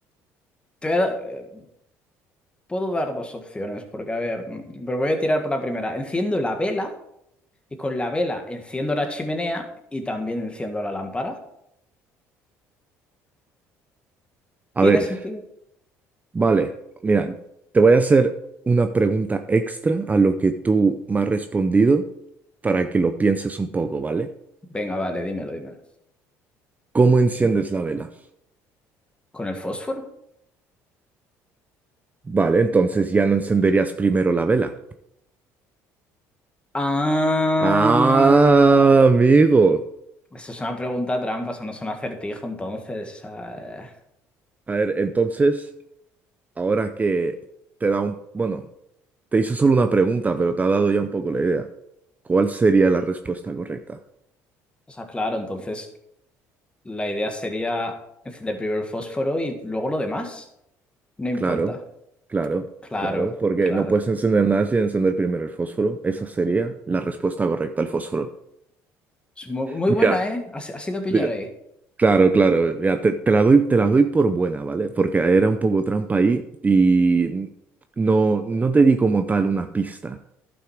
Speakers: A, on the left; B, on the right.
A: Te voy a da- eh, Puedo dar dos opciones, porque a ver, mm, pero voy a tirar por la primera. Enciendo la vela y con la vela enciendo la chimenea y también enciendo la lámpara.
B: A
A: ¿Tiene
B: ver.
A: sentido?
B: Vale, mira, te voy a hacer una pregunta extra a lo que tú me has respondido para que lo pienses un poco, ¿vale?
A: Venga, vale, dímelo, dímelo.
B: ¿Cómo enciendes la vela?
A: ¿Con el fósforo?
B: Vale, entonces ya no encenderías primero la vela.
A: Ah,
B: Ah, amigo.
A: eso es una pregunta trampa, eso no es un acertijo, entonces. ah,
B: A ver, entonces, ahora que te da un... Bueno, te hice solo una pregunta, pero te ha dado ya un poco la idea. ¿Cuál sería la respuesta correcta?
A: O sea, claro, entonces. La idea sería encender primero el fósforo y luego lo demás. No importa.
B: Claro, claro,
A: Claro,
B: claro, porque
A: claro.
B: no puedes encender nada sin encender primero el fósforo. Esa sería la respuesta correcta al fósforo.
A: Es mu- muy,
B: Mira,
A: buena, ¿eh? Ha has ido pillar
B: mira.
A: ahí.
B: Claro, claro, ya te, te la doy, te la doy por buena, ¿vale? Porque era un poco trampa ahí y no, no te di como tal una pista,